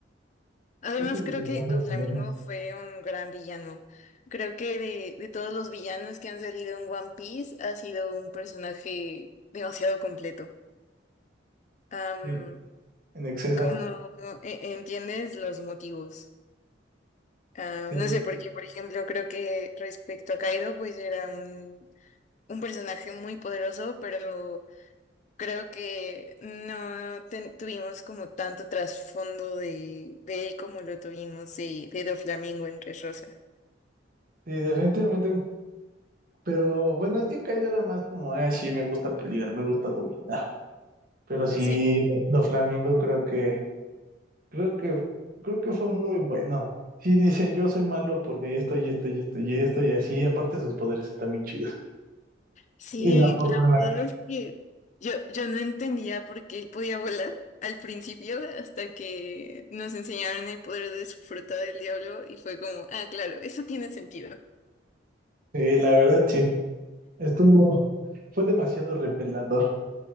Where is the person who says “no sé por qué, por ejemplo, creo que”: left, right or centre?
Left